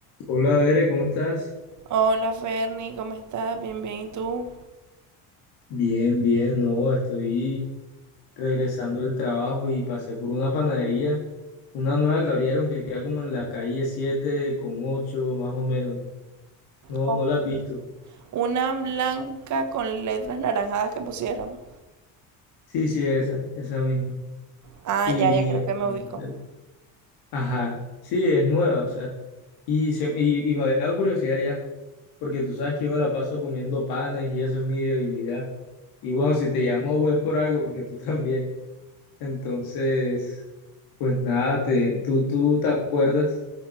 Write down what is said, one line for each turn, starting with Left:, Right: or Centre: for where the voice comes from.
Left: Hola, Bere, ¿cómo estás?
Right: Hola Ferny, ¿cómo estás? Bien, bien, ¿y tú?
Left: Bien, bien, no, estoy regresando del trabajo y pasé por una panadería, una nueva que abrieron que queda como en la calle 7 con 8 más o menos. No,
Right: Ok.
Left: no la has visto.
Right: Una blanca con letras naranjadas que pusieron.
Left: Sí, sí, esa, esa misma.
Right: Ah,
Left: Y
Right: ya, ya creo
Left: entonces,
Right: que me ubico.
Left: ajá, sí, es nueva, o sea, y, se- y, y me había dado curiosidad ya, porque tú sabes que yo me la paso comiendo panes y eso es mi debilidad. Y bueno, si te llamo, pues por algo, porque tú <laughs> también. Entonces... Pues nada, te, ¿tú, tú te acuerdas